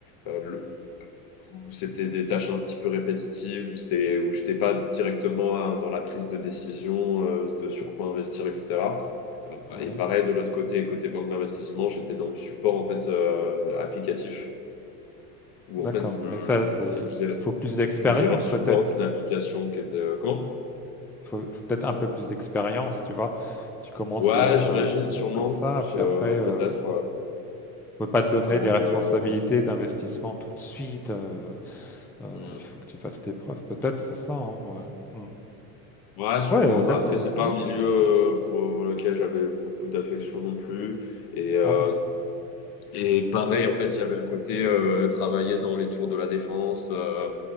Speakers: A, on the left; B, in the centre.
A: euh, le- où c'était des tâches un petit peu répétitives, où c'était où j'étais pas directement euh, dans la prise de décision euh, de sur quoi investir, etc. Euh,
B: ouais,
A: Et pareil, de l'autre côté, côté banque d'investissement, j'étais dans le support en fait euh, applicatif, où
B: d'accord,
A: en fait je,
B: mais ça, c'est
A: je,
B: il faut plus d'expérience
A: je gérais le support
B: peut-être?
A: d'une application qui était. euh, comment?
B: Il Faut faut peut-être un peu plus d'expérience, tu vois? Tu commences,
A: Ouais,
B: heu,
A: j'imagine, sûrement.
B: comme ça, puis
A: Euh,
B: après, heu,
A: peut-être euh,
B: on peut pas te donner
A: avant
B: des responsabilités
A: de.
B: d'investissement tout de suite, heu heu,
A: Hmm.
B: il faut que tu fasses tes preuves peut-être, c'est ça, hein? Ouais. Mmh.
A: Ouais, sûrement.
B: Ouais, heu,
A: Mais
B: d'accord,
A: après,
B: bah,
A: c'est
B: c'est
A: pas
B: quand même
A: un milieu
B: bien.
A: euh, pour lequel j'avais beaucoup d'affection non plus. Et, euh,
B: Ah bon?
A: et pareil,
B: Mmh.
A: en fait, il y avait le côté euh, travailler dans les tours de la défense. euh,